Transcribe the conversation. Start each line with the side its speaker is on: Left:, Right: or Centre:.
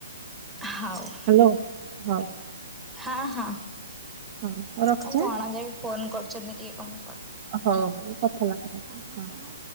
Centre: ହଉ
Right: ହ୍ୟାଲୋ ହଁ
Centre: ହଁ ହଁ
Right: ହଁ ହଉ ରଖୁଛି
Centre: ମୁଁ ଭଣ ଯାଇ ବି ଫୋନ କରୁଛନ୍ତି ଟିକେ କମେ
Right: ହଉ ହଉ କଥା <unintelligible>